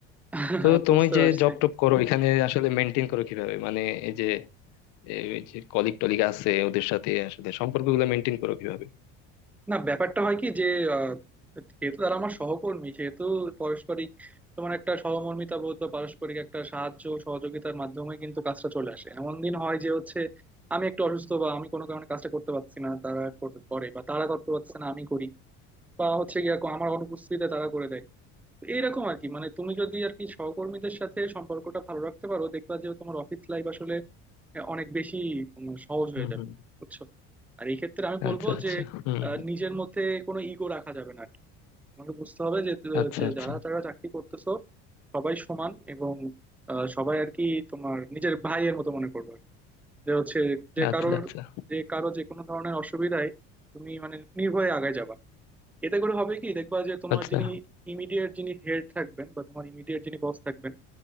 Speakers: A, in the centre; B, on the left (about 70°).
A: <laughs>
B: তো তুমি
A: বুঝতে
B: যে
A: পারছি
B: জব টপ করো এখানে আসলে মেনটেন করো কিভাবে মানে যে ওই যে কলিগ টলিগ আছে ওদের সাথে আসলে সম্পর্কগুলো মেনটেন করো কিভাবে
A: না ব্যাপারটা হয় কি যে আহ, যেহেতু তারা আমার সহকর্মী সেহেতু পারস্পরিক তোমার একটা সহমর্মিতা বোধ বা পারস্পরিক একটা সাহায্য ও সহযোগিতার মাধ্যমে কিন্তু কাজটা চলে আসে এমন দিন হয় যে হচ্ছে আমি একটু অসুস্থ বা আমি কোনো কারণে কাজটা করতে পারছি না তারা কর- করে বা তারা করতে পারছে না আমি করি বা হচ্ছে গিয়ে আমার অনুপস্থিতিতে তারা করে দেয় তো এইরকম আর কি মানে তুমি যদি আর কি সহকর্মীদের সাথে সম্পর্কটা ভালো রাখতে পারো দেখবা যে তোমার অফিস লাইফ আসলে অনেক বেশি তোমার সহজ হয়ে
B: হুম
A: যাবে
B: হুম
A: বুঝছো আর এই ক্ষেত্রে আমি বলবো
B: আচ্ছা আচ্ছা
A: যে
B: হুম
A: আহ, নিজের মধ্যে কোনো ইগো রাখা যাবে না আর কি। তোমাকে বুঝতে হবে যে
B: আচ্ছা
A: যে
B: আচ্ছা
A: যারা যারা চাকরি করতেছো সবাই সমান এবং আহ, সবাই আর কি তোমার নিজের ভাইয়ের মতো মনে করবে আর কি। যে হচ্ছে যে
B: আচ্ছা
A: কারোর
B: আচ্ছা
A: যে কারো যে কোনো ধরনের অসুবিধায় তুমি মানে নির্ভয়ে আগায় যাবা এতে করে হবে কি দেখবা যে তোমার
B: আচ্ছা
A: যিনি ইমিডিয়েট যিনি হেড থাকবেন বা তোমার ইমিডিয়েট যিনি বস থাকবেন